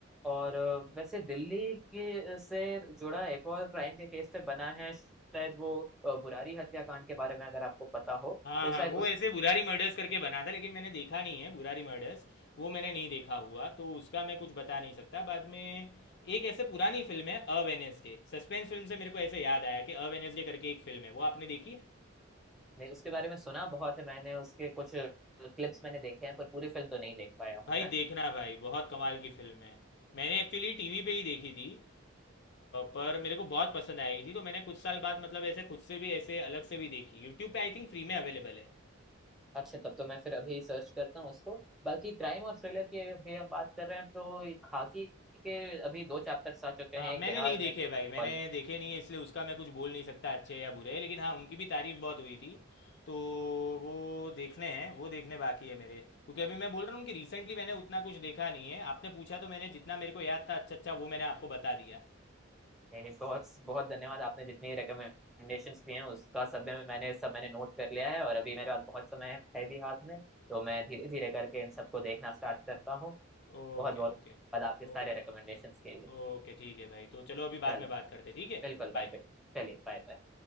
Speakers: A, in the centre; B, on the left (about 55°).
A: और अ, वैसे दिल्ली के से जुड़ा एक और क्राइम के केस पे बना है शायद वो अ, बुरारी हत्याकांड के बारे में अगर आपको पता हो
B: हाँ
A: तो
B: हाँ
A: शायद
B: वो
A: उस
B: ऐसे बुरारी मर्डर्स करके बना था लेकिन मैंने देखा नहीं है बुरारी मर्डर्स वो मैंने नहीं देखा हुआ तो उसका मैं कुछ बता नहीं सकता बाद में एक ऐसे पुरानी फिल्म है अ वेनेसडे सस्पेंस फिल्म से मेरे को ऐसे याद आया कि अ वेनेसडे करके एक फिल्म है वो आपने देखी है
A: नहीं, उसके बारे में सुना बहुत है मैंने उसके कुछ क्लिप्स मैंने देखे हैं पर पूरी फिल्म तो नहीं देख पाया हूँ
B: भाई
A: मैं
B: देखना भाई बहुत कमाल की फिल्म है मैंने एक्चुअली टीवी पे ही देखी थी अ, पर मेरे को बहुत पसंद आई थी तो मैंने कुछ साल बाद मतलब ऐसे खुद से भी ऐसे अलग से भी देखी यूट्यूब पे आई थिंक फ्री में अवेलेबल है
A: अच्छा तब तो मैं फिर अभी सर्च करता हूँ उसको बाकी क्राइम और थ्रिलर की अभी हम बात कर रहे हैं तो ये खाकी के अभी दो चैप्टर्स आ चुके
B: हाँ
A: हैं
B: मैंने
A: एक बिहार
B: नहीं
A: में
B: देखे
A: भोपाल
B: भाई मैंने
A: में
B: देखे नहीं है इसलिए उसका मैं कुछ बोल नहीं सकता अच्छे या बुरे लेकिन हाँ उनकी भी तारीफ बहुत हुई थी तो वो देखने हैं वो देखने बाकी है मेरे क्योंकि अभी मैं बोल रहा हूँ कि रिसेंटली मैंने उतना कुछ देखा नहीं है आपने पूछा तो मैंने जितना मेरे को याद था अच्छा अच्छा वो मैंने आपको बता दिया
A: नहीं नहीं बहुत बहुत धन्यवाद आपने जितनी रिकमेंडेशंस दी हैं उसका सब मैं- मैंने सब मैंने नोट कर लिया है और अभी मेरे पास बहुत समय है भी हाथ में तो मैं धीरे धीरे करके इन सबको देखना स्टार्ट करता हूँ
B: Okay
A: बहुत बहुत
B: okay
A: धन्यवाद आपके सारे
B: ओके
A: रिकमेंडेशंस के लिए
B: ओके ठीक है भाई तो चलो अभी बाद
A: चलिए
B: में बात करते हैं, ठीक है
A: बिल्कुल
B: बाय
A: बाय बाय चलिए बाय बाय।